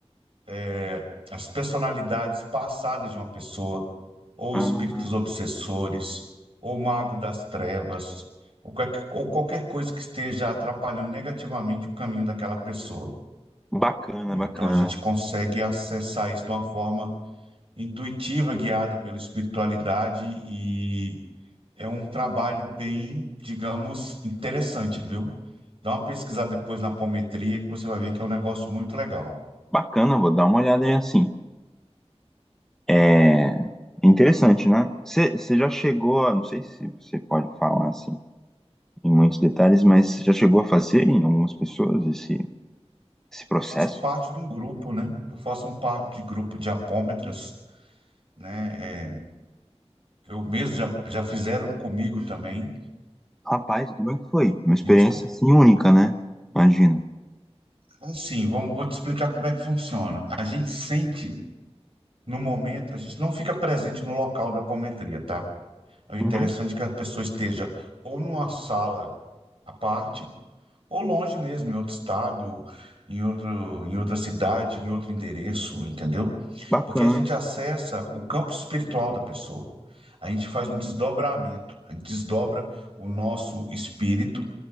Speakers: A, on the right; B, in the centre.
A: é, as personalidades passadas de uma pessoa, ou
B: Ah,
A: espíritos obsessores, ou mago das trevas, ou, qualquer- ou qualquer coisa que esteja atrapalhando negativamente o caminho daquela pessoa.
B: bacana,
A: né?
B: bacana.
A: Então a gente consegue acessar isso de uma forma intuitiva, guiada pela espiritualidade e É um trabalho bem, digamos, interessante, viu? Dá uma pesquisada depois na apometria que você vai ver que é um negócio muito legal.
B: Bacana, vou dar uma olhada aí assim. É interessante, né? Você você já chegou a, não sei se você pode falar assim em muitos detalhes, mas você já chegou a fazer em algumas pessoas esse, esse processo?
A: Faço parte de um grupo, né? Eu faço um parte de grupo de apômetras, né? É, eu mesmo já, já fizeram comigo também.
B: Rapaz, como é que foi? Uma
A: A
B: experiência
A: gente, co-
B: assim única, né? Imagino.
A: assim, vamos, vou te explicar como é que funciona. A gente sente no momento, a gente não fica presente no local da apometria, tá? É interessante
B: Uhum.
A: que a pessoa esteja ou numa sala à parte, ou longe mesmo, em outro estado, em outro, em outra cidade, em outro endereço, entendeu?
B: Bacana,
A: Porque a gente acessa o campo espiritual da pessoa. A gente faz um desdobramento, a gente desdobra o nosso espírito